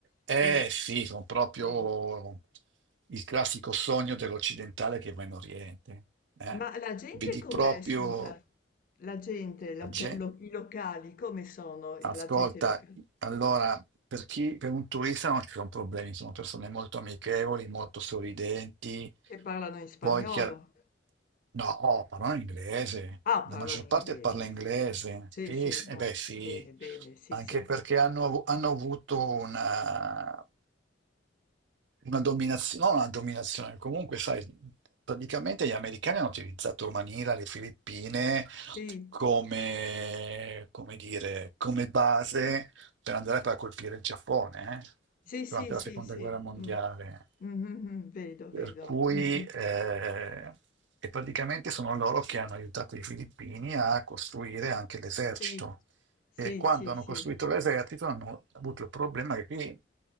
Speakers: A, on the right; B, on the left.
A: Eh
B: Sì,
A: sì, sono proprio
B: sì.
A: il classico sogno dell'occidentale che va in Oriente. eh.
B: Ma la gente
A: Vedi
B: com'è,
A: proprio
B: scusa? La gente, loca-
A: la gente.
B: lo- i locali, come sono i-
A: Ascolta,
B: la gente locale?
A: allora, per chi, per un turista non ci sono problemi, sono persone molto amichevoli, molto sorridenti.
B: Che parlano in spagnolo?
A: Poi, chiar- no, oh, parlano inglese,
B: Ah,
A: la
B: parlano
A: maggior
B: in
A: parte
B: inglese,
A: parla inglese.
B: sì. Sì,
A: Sì,
B: sì,
A: s-
B: bon,
A: eh beh, sì,
B: bene, bene, sì,
A: anche
B: sì.
A: perché hanno, avu- hanno avuto una, una dominazione, non una dominazione, comunque, sai, praticamente gli americani hanno utilizzato Manila, le Filippine
B: Sì,
A: come, come dire, come base per andare poi a colpire il Giappone eh,
B: sì,
A: durante
B: sì, sì,
A: la seconda
B: sì.
A: guerra mondiale.
B: mm. Mhm, mhm, vedo,
A: Per
B: vedo.
A: cui,
B: mm, mm.
A: eh, e praticamente sono loro che hanno aiutato i filippini a costruire anche l'esercito.
B: Sì, sì,
A: E quando
B: sì,
A: hanno
B: sì.
A: costruito l'esercito hanno avuto il problema che qui,